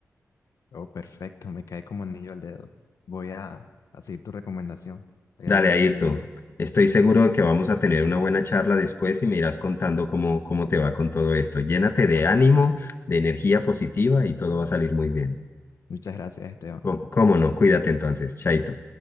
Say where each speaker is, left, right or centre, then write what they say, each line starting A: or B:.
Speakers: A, on the left; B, on the left.
A: Oh, perfecto, me cae como anillo al dedo. Voy a, a seguir tu recomendación. Voy
B: Dale,
A: a leerme
B: Ayrton.
A: el libro.
B: Estoy seguro de que vamos a tener una buena charla después y me irás contando cómo, cómo te va con todo esto. Llénate de ánimo, de energía positiva y todo va a salir muy bien.
A: Muchas gracias, Esteban.
B: cómo cómo no? Cuídate entonces, Chaito.